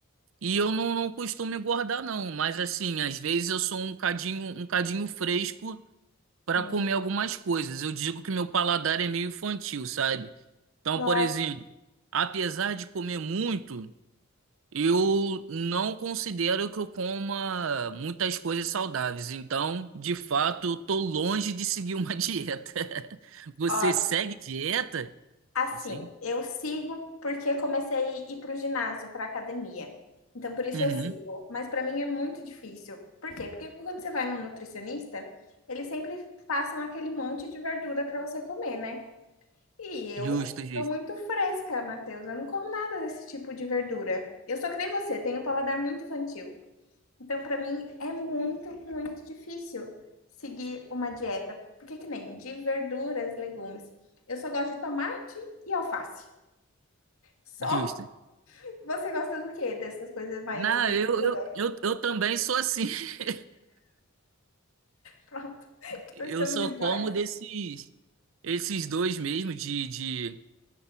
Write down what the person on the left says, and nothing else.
Hum,
nossa,
ó,
assim,
eu sigo porque comecei a ir pro ginásio, pra academia. Então, por isso
eu sigo. Mas pra mim é muito difícil. Por quê? Porque quando você vai no nutricionista, eles sempre passam aquele monte de verdura pra você comer, né? E eu
sou muito fresca, Matheus. Eu não como nada desse tipo de verdura. Eu sou que nem você, tenho paladar muito infantil. Então, para mim, é muito, muito difícil seguir uma dieta. Porque que nem de verduras, legumes. Eu só gosto de tomate e alface. Só.
Você gosta do quê? Dessas coisas mais
verdura?
Pronto. <laughs> Então
estamos
iguais.